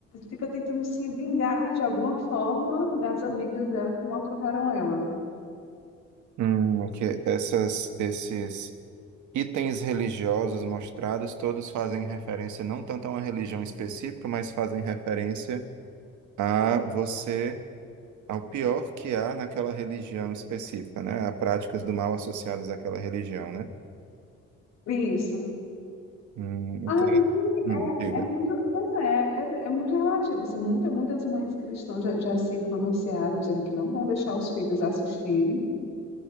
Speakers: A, on the left; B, on the right.
A: fica tentando se vingar de alguma forma das amigas dela que maltrataram ela.
B: Hum, que essas, esses itens religiosos mostrados, todos fazem referência não tanto a uma religião específica, mas fazem referência a você ao pior que há naquela religião específica, né? a práticas do mal associadas àquela religião, né?
A: Isso.
B: Hum, então,
A: Aí
B: hum, diga.
A: é, é muito, pois é, é, é muito relativo. Assim, muita, muitas mães cristãs já, já se pronunciaram, dizendo que não vão deixar os filhos assistirem.